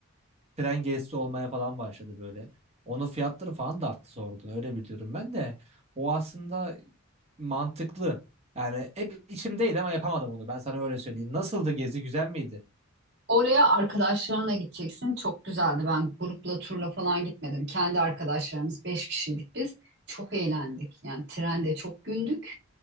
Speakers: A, on the right (about 30°); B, on the right (about 50°).
A: tren gezisi olmaya falan başladı böyle. Onun fiyatları falan da arttı sonradan öyle biliyorum ben de. O aslında mantıklı. Yani hep içimdeydi ama yapamadım onu. Ben sana öyle söyleyeyim. Nasıldı gezi? Güzel miydi?
B: Oraya arkadaşlarınla gideceksin. Çok güzeldi. Ben grupla turla falan gitmedim. Kendi arkadaşlarımız beş kişiydik biz. Çok eğlendik. Yani trende çok güldük.